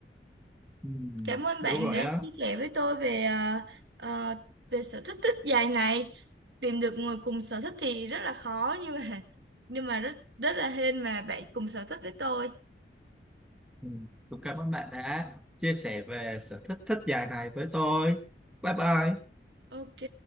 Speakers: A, in the centre; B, on the right.
A: Ừ,
B: Cảm ơn
A: đúng
B: bạn
A: rồi
B: đã
A: á.
B: chia sẻ với tôi về ờ, ờ, về sở thích thích dài này. Tìm được người cùng sở thích thì rất là khó nhưng mà nhưng mà rất rất là hên mà bạn cùng sở thích với tôi.
A: Ừ. Cũng cảm ơn bạn đã chia sẻ về sở thích thích giày này với tôi. Bye bye.
B: Ok.